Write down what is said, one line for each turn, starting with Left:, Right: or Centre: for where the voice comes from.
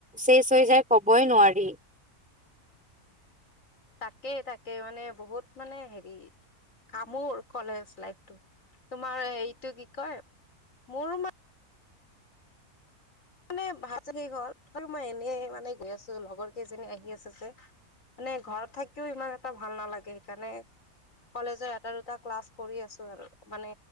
Centre: শেষ হৈ যায়, ক'বই নোৱাৰি।
Left: তাকেই, তাকেই, মানে বহুত মানে হেৰি, কামোৰ। কলেজ লাইফটো। তোমাৰ হেৰিটো কি কয়, মোৰো মা মানে <unintelligible> তথাপিও মই এনেই মানে গৈ আছো, লগৰ কেইজনীও আহি আছে যে! মানে, ঘৰত থাকিও ইমান এটা ভাল নালাগে। সেইকাৰণে কলেজৰ এটা দুটা ক্লাছ কৰি আছো আৰু। মানে